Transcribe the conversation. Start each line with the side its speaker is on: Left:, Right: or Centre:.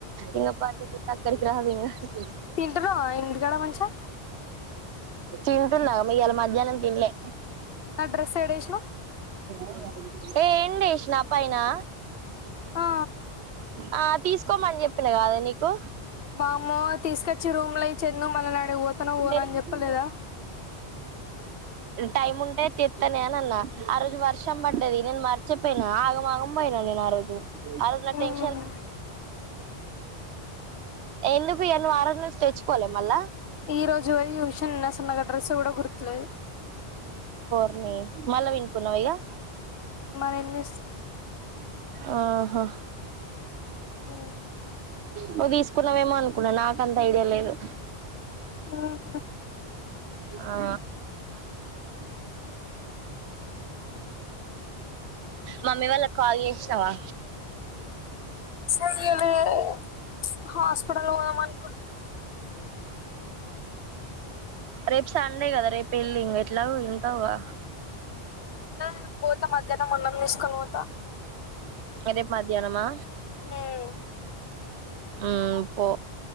Right: ఇ ప తక్కడి <unintelligible> <inaudible>
Left: తింటరు ఇంటికాడ మంచి
Right: తింటున్నా మీ ఇళ మధ్యాహ్నం తినలే
Left: నా డ్రెస్ ఏడషు
Right: <inaudible> ఏ ఏంటిష్ నాప్పయినా
Left: ఆ
Right: ఆ తీసుకోమని చెప్పిన కాదు నీకు
Left: బామ్మో తీసుకొచ్చి రూమ్ లో ఇచ్చందు మళ్ళీ నాడి పోతాన్నా పోను
Right: లేదు
Left: అని చెప్పలేదా
Right: టైమ్ ఉంటే తితనే అన అన్న ఆ రోజు వర్షం ప అంటది నేను మర్చిపోయిను ఆగమాగ పోయినాను నేను ఆ రోజు అ నా
Left: ఉమ్
Right: టెన్షన్ ఎందుకు ఎన్న వారాల నుంచి తెచ్చుకోవాలి మళ్ళా
Left: ఈ రోజు వ ఉషన్ ఎన్న సన్న కట్టా అడ్రస్ కూడా గుర్తులే
Right: రిని మళ్ళ వినుకున్నా వైగా
Left: ఇమా ఎన్నిస్
Right: ఆహో
Left: అఓ
Right: నువ్వు తీసుకున్నావేమో అనుకున్నా నాకంత ఐడియా లేదు
Left: వా హ ఆ
Right: ఆ మమ్మీ వాళ్ళ కాల్ చేసినవా
Left: సరి <unintelligible> హాస్పిటల్ పోదమం
Right: రేపు సండే గదా, రేపు ఎల్లింగా ఎట్లాగొ వెళ్తావుగా.
Left: ఉండను నేను పోతా మధ్య నా మునమ్ తీసుకొని పోతా
Right: ఆ రేపు మధ్యానమా
Left: హ్మ్మ్
Right: ఉమ్ పో